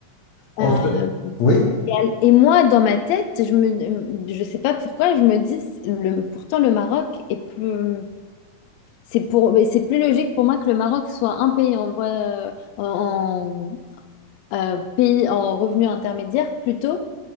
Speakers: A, on the left; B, on the left.
A: En
B: Euh,
A: fait, oui?
B: et, al- et moi, dans ma tête, je me, je sais pas pourquoi, je me dis, le, pourtant, le Maroc est plus C'est pour, mais c'est plus logique pour moi que le Maroc soit un pays en voie, euh, en, euh, pays en revenu intermédiaire plutôt